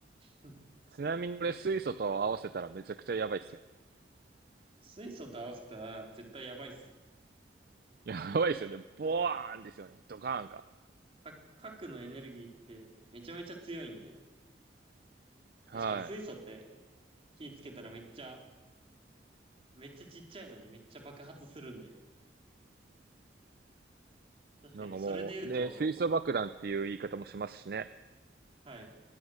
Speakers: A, on the right; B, on the right.
A: <laughs>
B: ちなみにこれ水素と合わせたらめちゃくちゃやばいっすよ
A: 水素と合わせたら絶対やばいっすね。
B: ね。やばいっすよね。ボワーンですよね。ドカーンか。
A: か核のエネルギーってめちゃめちゃ強いんで、
B: はい。
A: 確かに水素って火つけたらめっちゃ、めっちゃちっちゃいのにめっちゃ爆発するんで、確かにそれで言うと、
B: なんかもう、ね、水素爆弾っていう言い方もしますしね。
A: はい、